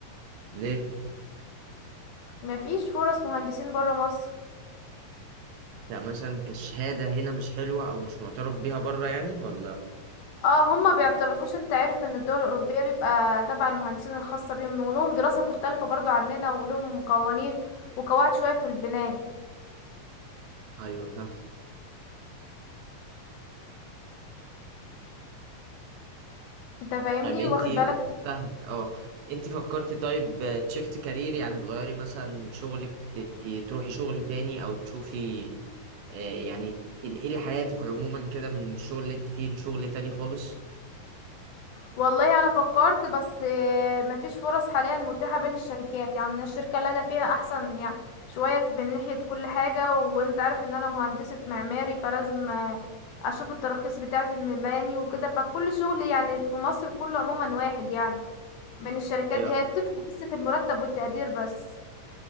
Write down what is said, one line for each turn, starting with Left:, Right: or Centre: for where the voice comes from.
Right: ليه؟
Left: مفيش فرص مهندسين برا مصر
Right: يعني مثلا كشهادة هنا مش حلوة أو مش معترف بيها بره يعني ولا؟
Left: اه هما بيعترفوش انت عارف ان الدول الاوروبيه بيبقى تبع المهندسين الخاصه بيهم ولهم دراسه مختلفه برضو عننا ولهم قوانين وقواعد شويه في البنايه
Right: أيوه ها
Left: انت فاهمني
Right: طيب أنتي
Left: واخد بالك
Right: فاهمك أه أنتي فكرتي طيب تشفت كارير يعني تغيري مثلا شغلك تبقي تروحي شغل تاني أو تشوفي آه، يعني تنقلي حياتك عموما كده من الشغل اللي انت فيه لشغل تاني خالص
Left: والله انا فكرت بس آه، مفيش فرص حاليا متاحه بين الشركات يعني الشركه اللي انا فيها احسن يعني شويه في- من ناحيه كل حاجه وانت عارف ان انا مهندسه معماري فلازم آه، اشوف التراخيص بتاعه المباني وكده فكل شغل يعني في مصر كله عموما واحد يعني بين الشركات
Right: ايوه
Left: دي هي بتفرق بس في المرتب والتقدير بس